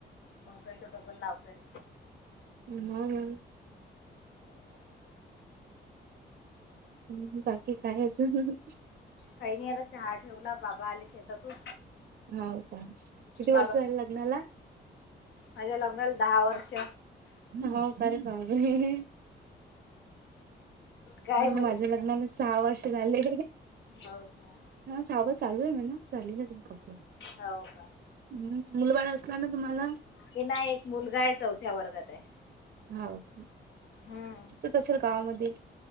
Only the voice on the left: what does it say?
मग काही तो डबल लावताय.
काही नाही आता चहा ठेवला बाबा आले शेतातून.
बाबा
माझ्या लग्नाला दहा वर्ष.
काय म्हण
हाव का.
हाव का.
तिला एक मुलगा आहे चौथ्या वर्गात आहे.
हम्म